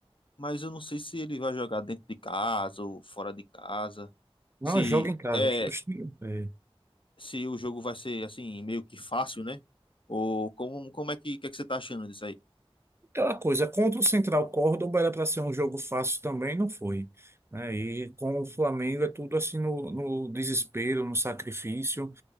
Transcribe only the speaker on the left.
Mas eu não sei se ele vai jogar dentro de casa ou fora de casa.
Se
é,
se o jogo vai ser assim, meio que fácil, né? Ou como, como é que, que é que você tá achando disso aí?